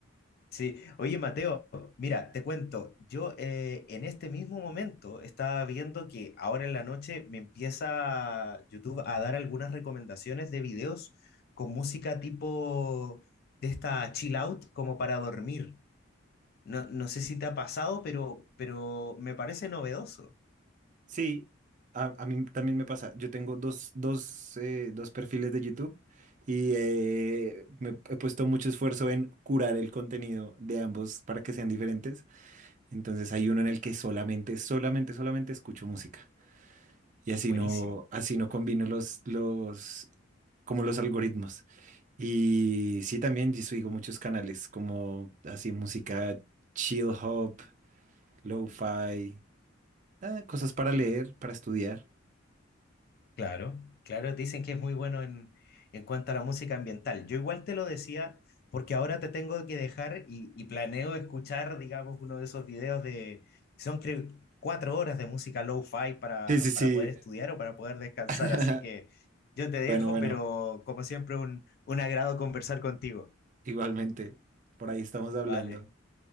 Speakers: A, on the left (about 50°); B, on the right (about 40°).
A: Sí, oye Mateo, mira, te cuento, yo eh, en este mismo momento estaba viendo que ahora en la noche me empieza YouTube a dar algunas recomendaciones de videos con música tipo de esta chill out como para dormir. No, no sé si te ha pasado, pero, pero me parece novedoso.
B: Sí, a, a mí también me pasa. Yo tengo dos, dos, eh, dos perfiles de YouTube y eh, me he puesto mucho esfuerzo en curar el contenido de ambos para que sean diferentes. Entonces hay uno en el que solamente, solamente, solamente escucho música. Y así
A: Buenísimo.
B: no, así no combino los, los, como los algoritmos. Y sí, también yo sigo muchos canales como así música chill hop, lo-fi, ah, cosas para leer, para estudiar.
A: Claro, claro, dicen que es muy bueno en, en cuanto a la música ambiental. Yo igual te lo decía porque ahora te tengo que dejar y, y planeo escuchar, digamos, uno de esos videos de, son creo, cuatro horas de música lo-fi para,
B: Sí, sí, sí.
A: para poder estudiar o para poder descansar.
B: <laughs>
A: Así que yo te dejo,
B: Bueno, bueno,
A: pero como siempre, un, un agrado conversar contigo.
B: igualmente. Por ahí estamos hablando.
A: Vale,